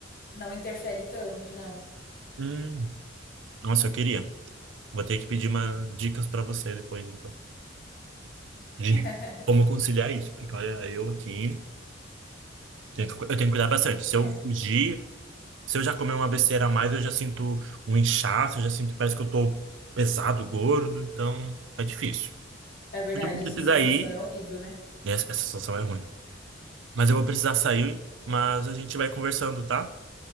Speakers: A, on the left; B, on the right.
A: não interfere tanto, não.
B: Hum, nossa, eu queria. Vou ter que pedir umas dicas para você depois, então. De
A: <laughs>
B: como conciliar isso, porque olha, eu aqui tenho que, cu- eu tenho que cuidar bastante. Se eu
A: É,
B: fugir, se eu já comer uma besteira a mais, eu já sinto um inchaço, eu já sinto, parece que eu tô pesado, gordo, então é difícil.
A: é verdade,
B: Mas Eu vou precisar
A: essa sensação
B: ir.
A: é horrível, né?
B: Essa, essa situação é ruim. Mas eu vou precisar sair, mas a gente vai conversando, tá?